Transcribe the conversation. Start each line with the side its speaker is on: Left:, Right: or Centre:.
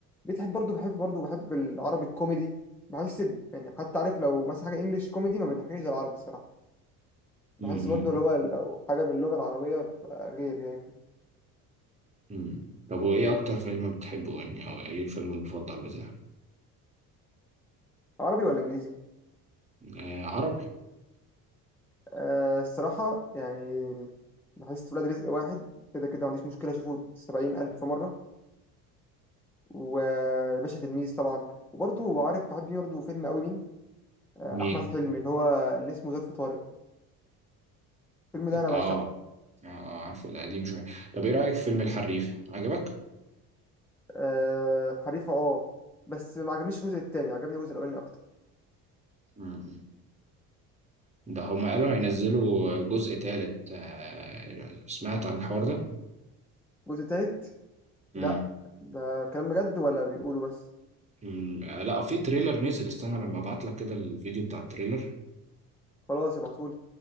Centre: بتحب برضو بحب برضو بحب العربي الكوميدي بحس ب- يعني حتى عارف لو مثلا حاجه انجليش كوميدي ما بيضحكنيش زي العربي الصراحه بحس
Right: امم
Centre: برضو اللي هو لو حاجه باللغه العربيه بتبقى غير يعني
Right: امم طب وايه اكتر فيلم بتحبه يعني او ايه الفيلم المفضل بتاعك
Centre: عربي ولا انجليزي
Right: آه عربي
Centre: آه الصراحه يعني بحس ولاد رزق واحد كده كده ما عنديش مشكله اشوفه سبعين الف مره وباشا تلميذ طبعا وبرضو عارف بحب مين برضو فيلم قوي مين آه
Right: مين
Centre: احمد حلمي اللي هو اللي اسمه ظرف طارق الفيلم ده انا
Right: اه
Centre: بعشقه
Right: اه آه، عارفه ده قديم شوية طب ايه رأيك في فيلم الحريف عجبك؟
Centre: آه حريفة اه بس ما عجبنيش الجزء التاني عجبني الجزء الأولاني أكتر
Right: مم. ده هما قالوا هينزلوا جزء تالت آه، سمعت عن الحوار ده؟
Centre: الجزء التالت
Right: مم.
Centre: لأ ده كلام بجد ولا بيقولوا بس
Right: مم. آه، لا في تريلر نزل استنى لما ابعت لك كده الفيديو بتاع التريلر
Centre: خلاص ابعتهولي